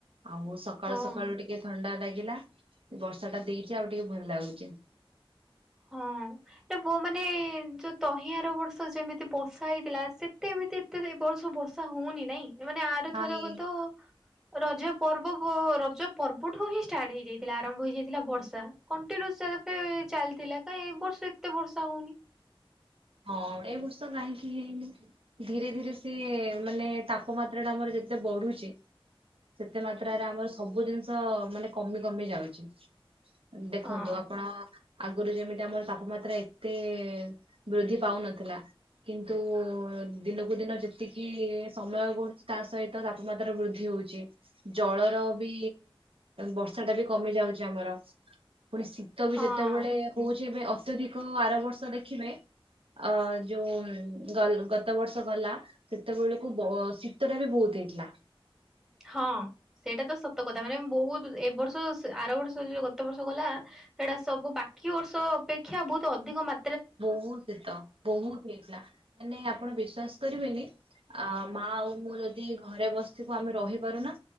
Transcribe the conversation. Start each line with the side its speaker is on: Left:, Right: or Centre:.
Right: ଆଉ ସକାଳୁ
Centre: ହଁ
Right: ସକାଳୁ ଟି କେ ଥଣ୍ଡା ଲାଗିଲା, ବର୍ଷା ଟା ଦେଇଚି ଆଉ ଟିକେ ଭଲ ଲାଗୁଚି।
Centre: ହଁ। ନା ମୋ ମାନେ ଯୋଉ ତହିଆର ବର୍ଷ ଯେମିତି ବର୍ଷା ହେଇଥିଲା। ସେତେ ଏମିତି ଏତେ ଏ ବର୍ଷ ବର୍ଷା ହଉନି ନାଇଁ, ମାନେ ଆରଥରକ
Right: ନାଇଁ
Centre: ତ ରଜ ପର୍ବ ବୋ ରଜ ପର୍ବ ଠୁ ହିଁ ଷ୍ଟାର୍ଟ ହେଇଯାଇଥିଲା ଆରମ୍ଭ ହେଇଯାଇଥିଲା ବର୍ଷା। କଣ୍ଟିନ୍ୟୁସ୍ ସେମତି ଚାଲିଥିଲା କାଇଁ ଏ ବର୍ଷ ଏତେ ବର୍ଷା ହଉନି।
Right: ହଁ ଏଇ ବର୍ଷ କାହିଁକି ହେଇନି? ଧୀରେ ଧୀରେ ସିଏ ମାନେ ତାପମାତ୍ରା ଟା ଆମର ଯେତେ ବଢ଼ୁଛି ସେତେ ମାତ୍ରାରେ ଆମର ସବୁ ଜିନିଷ ମାନେ କମି କମି ଯାଉଚି। ଦେଖନ୍ତୁ
Centre: ହଁ
Right: ଆପଣ ଆଗରୁ ଯେମିତି ଆମର ତାପମାତ୍ରା ଏତେ ଏ ବୃଦ୍ଧି ପାଉନଥିଲା କିନ୍ତୁ ଦିନକୁ ଦିନ ଯେତିକି ସମୟ ଗଡ଼ୁଚି ତା ସହିତ ତ ତାପମାତ୍ରା ବୃଦ୍ଧି ହଉଚି। ଜଳର ବି ବର୍ଷା ଟା ବି କମି ଯାଉଛି ଆମର ପୁଣି ଶୀ ତ ବି
Centre: ହଁ।
Right: ଯେତେବେଳେ ହଉଛି ଏବେ ଅତ୍ୟଧିକ ଆର ବର୍ଷ ଦେଖିବେ ଅ ଯୋଉ ଗଲ ଗତ ବର୍ଷ ଗଲା ସେତେବେଳକୁ ବ ଶୀତ ଟା ବି ବହୁତ ହେଇଥିଲା।
Centre: ହଁ ସେଇଟା ତ ସତ କଥା ମାନେ ବୋହୁତ ଏ ବର୍ଷ ସେ ଆର ବର୍ଷ ଯୋଉ ଗତ ବର୍ଷ ଗଲା ସେଇଟା ସବୁ ବାକି ବର୍ଷ ଅପେକ୍ଷା ବହୁତ ଅଧିକ ମା
Right: ବୋହୁତ ଶୀତ ବୋହୁତ ହେଇଥିଲା ମାନେ ଆପଣ ବିଶ୍ଵାସ କରିବେନି ଆ ମା ଆଉ ମୁଁ ଯଦି ଘରେ ବସିଥିବୁ ଆମେ ରହିପାରୁନା